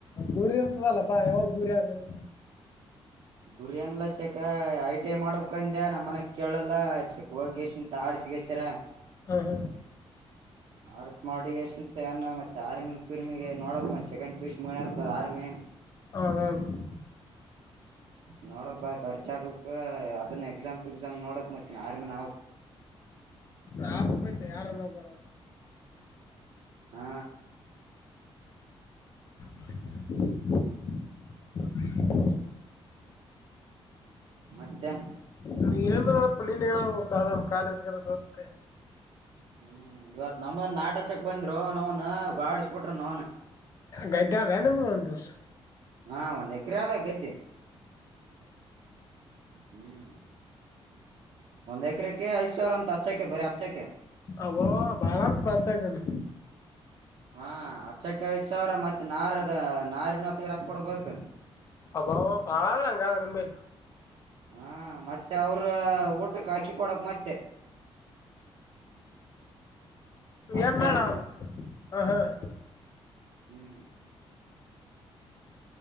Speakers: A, on the left; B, on the right.
A: ಗುರಿ ಇರ್ತದಲ್ಲ ಬಾ ಯಾವ್ದ ಗುರಿ ಅಂದನಗೆ
B: ಗುರಿ ಏನಲ್ಲ ಚಕ್ಕ ಐ ಟಿ ಐ ಮಾಡ್ಬೇಕಕ್ಂದೆ ನಮ್ಮ್ ಮನ್ಯಗ್ ಕೇಳಲ್ಲ ಚೆಕ್ ಹೋಗೇಶಂತ ಆಡ್ಸಗಚಾರ
A: ಹಾಂ ಹಾಂ
B: ಆಡ್ಸ್ ಮಾಡಿಂತ ಮತ್ತೆ ಆರ್ಮಿರ್ಮಿಗೆ ನೋಡಕ್ ಮತ್ತೆೆಂಡ್ ಮನರ್ದ ಆರ್ಮಿ
A: ಹೌದವ್ದು
B: ನೋಡಕ್ ಖರ್ಚ ಆಗುತ್ತೆ ಎಕ್ಸಾಮ್ ನೋಡಕ್ ಮ ಆರಮಿ ನವು
A: ಹಯ್ತೆ ಯಾರನ್ನ ಒಬ್ರು
B: ಹಾ
A: <inaudible>
B: ಮತ್ತೆ
A: ನನ್ವೇನವಪ್ಪ ನೀನ್ ಹೇಳ್ಬೇಕ ಆರಾಮ್ ಕಾಲೇಜ್ಗೆಲ್ಲ ಹೋತ್ತೆ
B: ಹ್ಮ್ ಇವತ್ ನಮ್ದ ನಾಟಚಕ್ ಬಂದ್ರು ನವನ್ ಗಾಡಿಸಬಿಟ್ರ ನವ್ನ್
A: ಗದ್ದೆ ಆದ ನಿಮ್ದು ಒಂದು ತುಸ
B: ಹಾ ಒಂದ್ ಎಕರೆ ಅದೇ ಗದ್ದೆ ಹ್ಮ್ ಒಂದ್ ಎಕರೆಕ್ಕೆ ಐದ್ ಸಾವಿರ ಅಂತ ಹಚ್ಚಕೆ ಬರೀ ಹಚ್ಚಕೆ
A: ಅಬ ಬಾಳ ಬಚಕಲ್ಲ
B: ಹಾ ಹಚ್ಚಕ್ಕೆ ಐದ್ ಸಾವಿರ ಮತ್ತ ನಾರ ಅದ ನಾರಿನ ಹೊತ್ತಗ ರಕ್ಕ ಕೊಡ್ಬೇಕು
A: ಅಬ್ಬ ಬಾಳಂಗಾದ ನಿಮ್ಮೇ
B: ಹಾ ಮತ್ತೆ ಅವ್ರ ಊಟಕ್ಕೆ ಅಕ್ಕಿ ಕೊಡಕ್ ಮತ್ತೆ ಅಷ್ಟ್
A: ಏನ್ ಮಾಡ್ಲ
B: ಜನಕ್
A: ಅವನ ಹ ಹ
B: ಹ್ಮ್